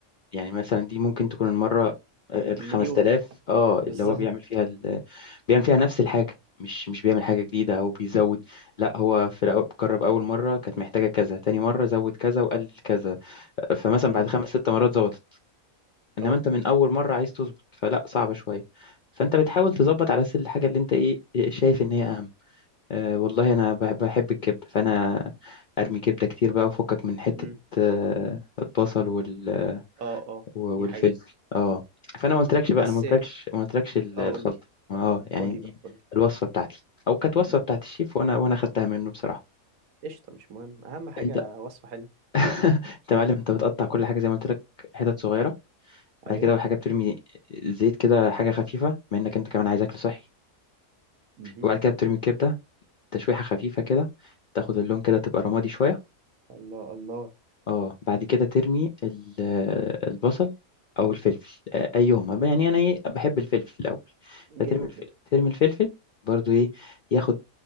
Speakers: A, on the left; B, on the right.
A: يعني مثلا دي ممكن تكون المرة آه، ال
B: المليون
A: 5000 اه
B: <laughs>
A: اللي
B: بالظبط
A: هو بيعمل فيها ال... بيعمل فيها نفس الحاجة مش مش بيعمل حاجة جديدة أو بيزود لا هو في الأول جرب أول مرة كانت محتاجة كذا تاني مرة زود كذا وقلل كذا فمثلا
B: امم
A: بعد خمس ست مرات ظبطت إنما
B: اه
A: أنت من أول مرة عايز تظبط فلا صعبة شوية فأنت بتحاول تظبط على سل الحاجة اللي أنت إيه إيه، شايف إن هي أهم أه والله أنا بح- بحب الكبدة فأنا أرمي كبدة كتير بقى وفكك من حتة
B: امم
A: آه، البصل والفلفل
B: اه اه
A: و-
B: دي
A: والفلفل
B: حقيقة
A: اه فانا ما قلتلكش
B: بس
A: بقى انا ما قلتلكش ما قلتلكش ال-
B: اه
A: الخلطه
B: قول لي
A: اه يعني
B: قول لي
A: دي
B: بقى قول لي
A: الوصفه بتاعتي او كانت وصفه
B: امم
A: بتاعت الشيف وانا وانا خدتها منه بصراحه
B: قشطة مش مهم أهم حاجة
A: انت
B: وصفة حلوة
A: <laughs> انت يا معلم انت بتقطع كل حاجه زي ما قلت لك حتت صغيره
B: أيوه
A: بعد كده اول حاجه بترمي زيت كده حاجه خفيفه بما انك انت كمان عايز اكل صحي
B: امم
A: وبعد كده بترمي الكبده تشويحه خفيفه كده تاخد اللون كده تبقى رمادي شويه
B: الله الله
A: اه بعد كده ترمي ال- البصل او الفلفل آه، ايهما بقى. يعني انا ايه بحب الفلفل الاول
B: جامد
A: فترمي الفلفل
B: ده
A: ترمي الفلفل برضو ايه ياخد